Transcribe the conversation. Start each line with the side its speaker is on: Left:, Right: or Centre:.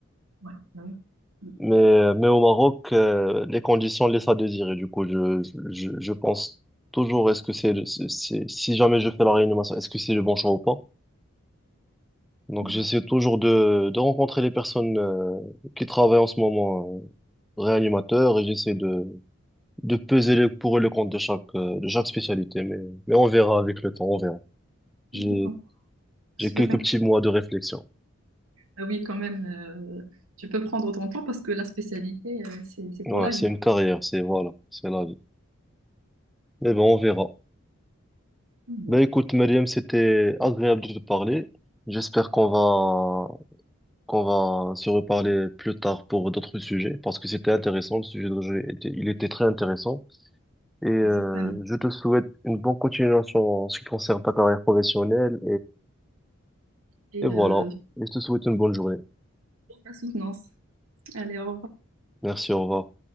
Right: Ouais, ben oui.
Centre: Mais, mais au Maroc, euh, les conditions laissent à désirer. Du coup, je, je, je pense toujours, est-ce que c'est, le- c'est, c'est- si jamais je fais la réanimation, est-ce que c'est le bon choix ou pas? Donc
Right: Mm,
Centre: j'essaie toujours de, de rencontrer les personnes euh, qui travaillent en ce moment euh, réanimateurs et j'essaie de, de peser le pour et le contre de chaque, euh, de chaque spécialité. Mais, mais on verra avec le temps, on verra. J'ai,
Right: mm. Je comprends.
Centre: j'ai
Right: Je souhaite
Centre: quelques
Right: un-
Centre: petits mois de réflexion.
Right: Ah oui, quand même, euh, tu peux prendre ton temps parce que la spécialité, euh, c'est, c'est pour
Centre: Ouais,
Right: la
Centre: c'est
Right: vie.
Centre: une carrière, c'est voilà, c'est la vie. Mais bon, on verra.
Right: Bon,
Centre: Ben écoute, Mariam, c'était agréable de te parler. J'espère qu'on va qu'on va se reparler plus tard pour d'autres sujets parce que c'était intéressant, le sujet de jeu était, il était très intéressant. Et euh,
Right: certainement.
Centre: je te souhaite une bonne continuation en ce qui concerne ta carrière professionnelle.
Right: Et
Centre: Et, et voilà.
Right: euh, je
Centre: Et je te souhaite une bonne journée.
Right: te souhaite la soutenance. Allez, au revoir.
Centre: Merci, au revoir.